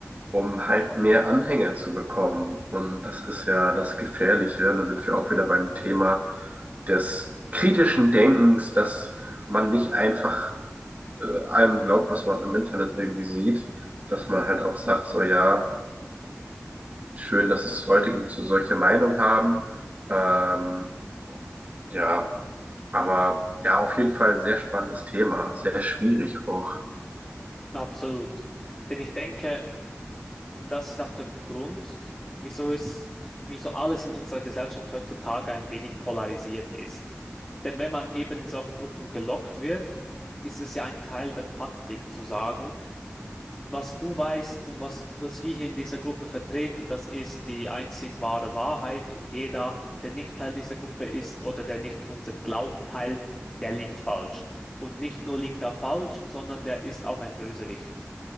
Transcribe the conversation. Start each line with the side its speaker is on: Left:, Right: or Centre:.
Right: um halt mehr Anhänger zu bekommen. Und das ist ja das Gefährliche. Und dann sind wir auch wieder beim Thema des kritischen Denkens, dass man nicht einfach äh, allem glaubt, was man im Internet irgendwie sieht, dass man halt auch sagt, so ja, schön, dass es Leute gibt, die solche Meinung haben. Ähm, ja, aber ja, auf jeden Fall ein sehr spannendes Thema, sehr schwierig auch.
Left: Absolut. Denn ich denke, das ist auch der Grund, wieso es, wieso alles in unserer Gesellschaft heutzutage ein wenig polarisiert ist. Denn wenn man eben in solche Gruppen gelockt wird, ist es ja ein Teil der Taktik zu sagen, was du weißt und was, was wir hier in dieser Gruppe vertreten, das ist die einzig wahre Wahrheit und jeder, der nicht Teil dieser Gruppe ist oder der nicht unseren Glauben teilt, der liegt falsch. Und nicht nur liegt er falsch, sondern der ist auch ein Bösewicht.